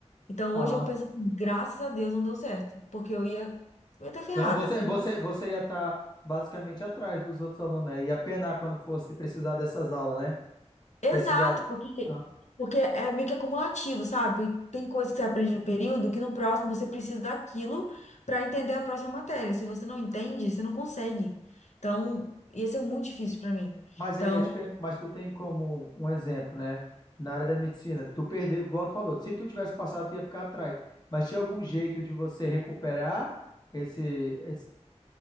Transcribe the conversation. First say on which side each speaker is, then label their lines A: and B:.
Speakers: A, on the left; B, on the left.
A: Então
B: Ah.
A: hoje eu penso assim, graças a Deus não deu certo, porque eu ia, eu ia estar ferrada.
B: Não, você, você, você ia estar basicamente atrás dos outros alunos, né? Ia penar quando fosse precisar dessas aulas, né?
A: Exato,
B: Precisar.
A: porque,
B: Ah,
A: porque é meio que acumulativo, sabe? E Tem coisa que você aprende no período que no próximo você precisa daquilo para entender a próxima matéria. Se você não entende, você não consegue. Então, ia ser muito difícil para mim.
B: Mas
A: Então,
B: eu ia te perguntar, mas tu tem como um exemplo, né? Na área da medicina, tu perdeu, igual tu falou, se tu tivesse passado, tu ia ficar atrás. Mas tinha algum jeito de você recuperar esse, esse-